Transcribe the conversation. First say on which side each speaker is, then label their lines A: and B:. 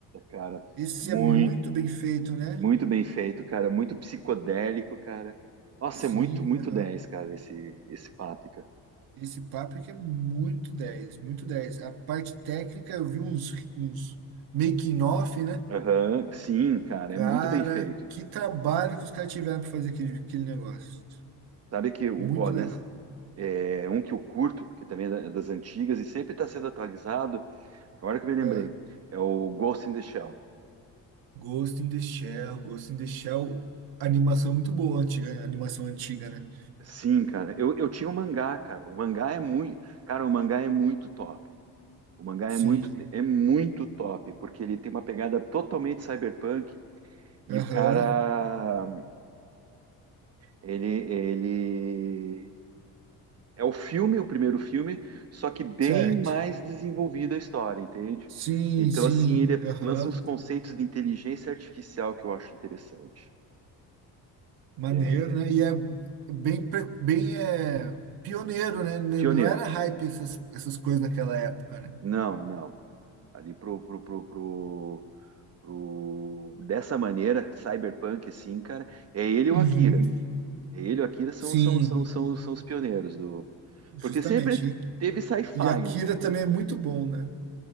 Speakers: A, on the right; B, on the right.
A: cara,
B: Esse
A: muito,
B: é muito bem feito, né?
A: muito bem feito, cara, muito psicodélico, cara. Nossa,
B: Sim,
A: é muito, muito
B: aham.
A: 10, cara, esse, esse Páprica.
B: Esse Páprica é muito 10 muito dez A parte técnica, eu vi uns, uns making off, né?
A: Aham, sim, cara,
B: Cara,
A: é muito bem feito.
B: que trabalho que os caras tiveram para fazer aquele, aquele negócio.
A: Sabe que, o-
B: Muito
A: ó, nessa,
B: legal.
A: é um que eu curto, que também é da- das antigas e sempre está sendo atualizado, agora que eu me lembrei,
B: É.
A: é o Ghost in the Shell.
B: Ghost in the Shell, Ghost in the Shell, animação muito boa, antiga, animação antiga, né?
A: Sim, cara, eu, eu tinha o mangá, cara, o mangá é muito, cara, o mangá é muito top. O mangá
B: Sim.
A: é muito, é muito top, porque ele tem uma pegada totalmente cyberpunk e
B: Aham.
A: o cara, ele, ele é o filme, o primeiro filme, só que bem
B: Certo.
A: mais desenvolvida a história, entende?
B: Sim,
A: Então,
B: sim.
A: assim, ele
B: Aham.
A: lança uns conceitos de inteligência artificial que eu acho interessante,
B: Maneiro,
A: que é
B: né? E é bem, pre- bem é, pioneiro, né? N-
A: pioneiro.
B: Não era hype essas, essas coisas naquela época, né?
A: Não, não. Ali pro, pro, pro, pro, pro... dessa maneira, cyberpunk, assim, cara, é ele e
B: Uhum.
A: o Akira. Ele e o Akira são,
B: Sim,
A: são, são, são, são os pioneiros do.
B: justamente.
A: Porque sempre teve sci-fi,
B: E, e Akira
A: né?
B: também é muito bom, né?